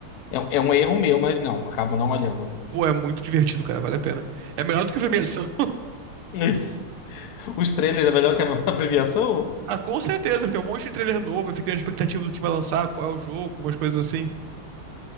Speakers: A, on the left; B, on the right.
A: É, é um erro meu, mas não, acabo não olhando.
B: Pô, é muito divertido, cara, vale a pena. É melhor do que a premiação.
A: Isso. Os trailers é melhor que a, <laughs> premiação?
B: Ah, com certeza, porque é um monte de trailer novo, aí fica na expectativa do que vai lançar, qual é o jogo, umas coisas assim.